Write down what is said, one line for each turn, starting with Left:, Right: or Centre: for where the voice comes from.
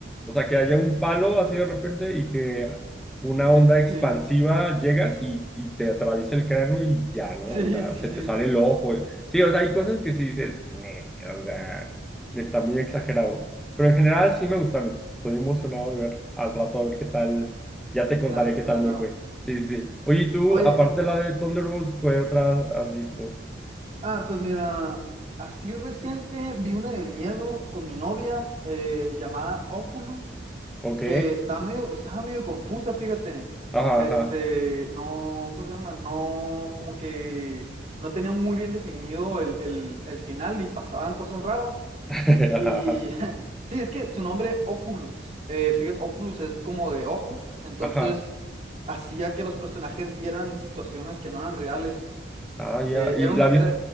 Centre: O sea, que haya un palo así de repente y que una
Right: sí,
Centre: onda expansiva
Right: sí,
Centre: llegas y, y te atraviesa el cráneo y ya, ¿no?
Right: <laughs> sí,
Centre: O sea,
Right: sí.
Centre: se
Right: sí.
Centre: te sale el ojo. Sí, o sea, hay cosas que sí dices, "Nee", o sea, está muy exagerado. Pero en general sí me gustaron. entonces Estoy emocionado de ver al rato a ver qué tal. Ya te contaré
Right: La,
Centre: qué
Right: la
Centre: tal me
Right: nueva.
Centre: fue. Sí, sí. sí. Oye, ¿y tú,
Right: Oye,
Centre: aparte de la de Thunderbolts, ¿qué otra has visto?
Right: ah, pues mira, así reciente vi una de miedo con mi novia eh, llamada Oculus,
Centre: ¿Ok?
Right: que está medio, estaba medio confusa, fíjate.
Centre: Ajá,
Right: Este,
Centre: ajá.
Right: no, ¿cómo se llama? No, como que no tenía muy bien definido el, el, el final y pasaban cosas raras.
Centre: <laughs> Ajá,
Right: Y
Centre: ajá.
Right: <laughs> sí, es que su nombre Oculus, eh, fíjate, Oculus es como de ojos, entonces
Centre: Ajá.
Right: hacía que los personajes vieran situaciones que no eran reales.
Centre: Ah, ya.
Right: Eh,
Centre: ¿Y
Right: era un,
Centre: la, vis-
Right: era,